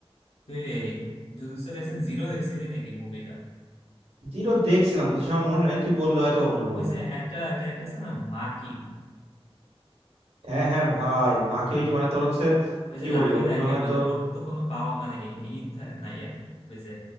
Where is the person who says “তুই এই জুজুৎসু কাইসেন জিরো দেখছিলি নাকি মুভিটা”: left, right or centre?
Left